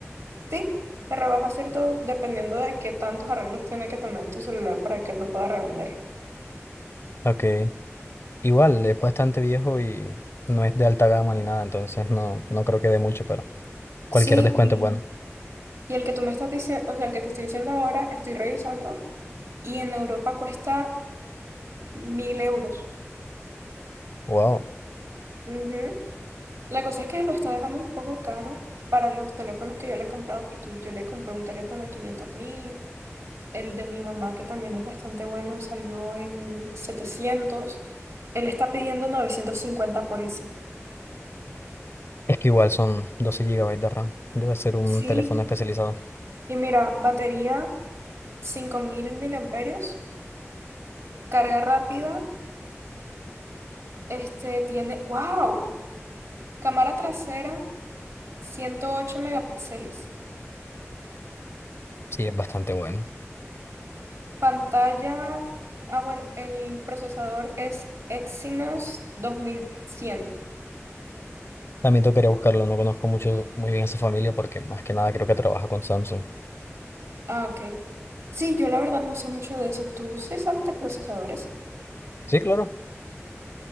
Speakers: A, on the right; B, on the left.
A: Sí, se rebaja, ¿cierto? Dependiendo de qué tantos arreglos tiene que tener tu celular para que él lo pueda revender.
B: Ok, igual, es bastante viejo y no es de alta gama ni nada, entonces no, no creo que dé mucho, pero cualquier
A: Sí,
B: descuento
A: y,
B: es bueno.
A: y el que tú me estás diciendo, o sea, el que te estoy diciendo ahora, estoy revisando, y en Europa cuesta mil euros.
B: Wow,
A: Ujú. La cosa es que lo está dejando un poco caro para los teléfonos que yo le he comprado, porque yo le compré un teléfono a quinientos mil, el de mi mamá, que también es bastante bueno, salió en setecientos Él está pidiendo novecientos cincuenta por ese.
B: es que igual son 12 gigabytes de RAM, debe ser un
A: Sí,
B: teléfono especializado.
A: y mira, batería 5000 miliamperios, carga rápida, este tiene, wow, cámara trasera 108 megapíxeles.
B: Sí, es bastante bueno.
A: Pantalla, ah, bueno, el procesador es Exynos dos mil cien
B: También tocaría buscarlo, no conozco mucho, muy bien a esa familia porque más que nada creo que trabaja con Samsung.
A: Ah, ok. Sí, yo la verdad no sé mucho de eso. ¿Tú sí sabes de procesadores?
B: Sí, claro.